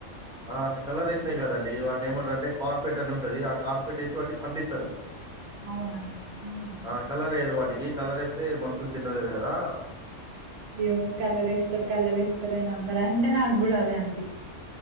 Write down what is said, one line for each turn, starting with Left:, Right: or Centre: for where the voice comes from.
Centre: ఆ కలర్ రేషష్నే కాదండి వా ఏమంట అంటే కార్పొరట్
Right: ఉమ్,
Centre: అని ఉంటది ఆ కార్ప పెట్టేసి వాటి పండిస్తారు
Right: అవునా ఉమ్
Centre: ఆ కలర్ ఏర్ వాడికి కలర వేస్తే మనుషులు తినలేరు కదా
Right: నవ్ కలర్ ఇస్తారు కలర్ ఇస్తారే అందర అందే నాగగు కూడా అదే అంత